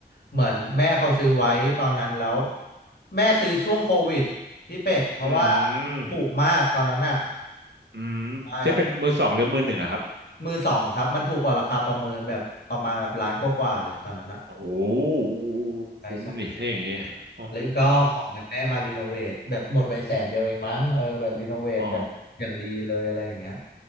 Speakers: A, on the left; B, on the right.
A: เหมือนแม่เขาซื้อไว้ตอนนั้นแล้วแม่ซื้อช่วงโควิดพี่เป็ดเพราะว่า
B: อื
A: ถูกมากตอนนั้นน่ะ
B: มอืมซื้อเป็นมือสองหรือมือหนึ่งอะครับ
A: ใช่ครับมือสองครับมันถูกกว่าราคาประเมินแบบประมาณแบบล้านกว่าๆเลยตอนนั้นน่ะ
B: โอ้โห
A: ใช่ใช่
B: คุ้มดิถ้าอย่างงี้อ๋อ
A: แล้วก็ของเงินแม่มารีโนเวทแบบหมดไปแสนเดียวเองมั้งเออแบบรีโนเวทแบบอย่างดีเลยอะไรอย่างเงี้ย
B: อ๋อ